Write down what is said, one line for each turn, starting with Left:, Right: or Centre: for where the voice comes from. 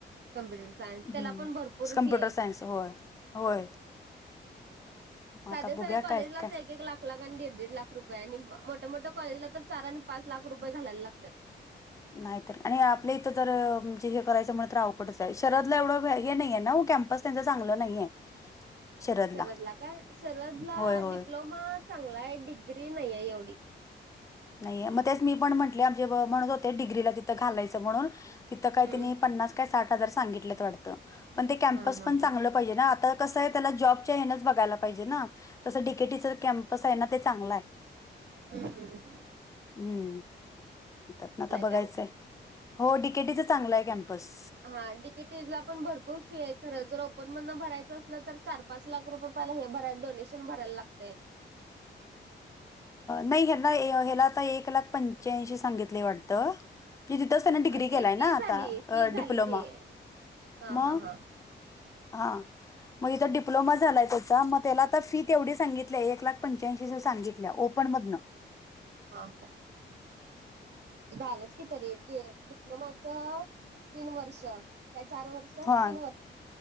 Right: कमप्युटर सायन्स त्याला
Left: हम्म.
Right: पण भरपूर
Left: कम्प्युटर
Right: फी आहे
Left: सायन्स होय होय मग
Right: साध्या
Left: आता बघूया
Right: साध्या कॉलेजलाच
Left: काय काय
Right: एक एक लाख एक लाख आणि दीड दीड लाख रुपये आणि मोठ्या मोठ्या कॉलेजला तर चार आणि पाच लाख रुपये घालायला लागतात
Left: नाहीत आणि आपल्या इथं तर म्हणजे हे करायचं म्हण तर अवघढच आहे शरदला एवढं हे नाहीे ना कॅम्प त्यांचं चांगलं नाहीये शरदला.
Right: सरदला काय सरदला
Left: होय, होय.
Right: डिप्लोमा चांगला आहे डिग्री नाहीये एवढी
Left: नाही मग तेच मी पण म्हटले आमचे म्हणत होते डि्रीला तिथं घालायचं म्हणून तिथं काही
Right: हम्म
Left: त्यांनी पन्नास काय साठ हजार सांगित वाटत पण ते कॅमपस
Right: हा हा
Left: पण
Right: हा
Left: चांगलं पहिलं आता कस आहे त्याला जॉबच्या हेणंच बघायला पाहिजे ना तसं आहे ना ते चांगलं आहे
Right: हम्म हम्
Left: हम्म,, त्यात ना आता बघायचंय,,
Right: काय?
Left: हो, डीकेटीचं चांगलं आहे कॅम्पस.
Right: हा डिकेटला पण भरपूर फी आहे खरं जर ओपन मधन भरायचं असलं तर चार पा पाच लाख रुपये पहिला हे भराय डोनेशन भरायला लागते.
Left: नाही ह्यांना ह्याला आता एक लाख पंच्यांशी सांगितले वाटतं तिथं त्यांन डिग्री केलाय
Right: ते फी
Left: ना
Right: झाली
Left: आता
Right: फी झाली
Left: डिप्लोमा
Right: ते हा
Left: मग
Right: हा हा
Left: हा, मग इथं डिप्लोमा झालाय त्याचा मग त्याला आता फी तेवढी सांगितलीय एक लाख पंच्याऐंशी ह सांगित ओपन मधन्
Right: हा. झालंच की तरी डिप्लोमाच तीन वर्ष काय चार वर्ष तीन
Left: हा,,
Right: वर्ष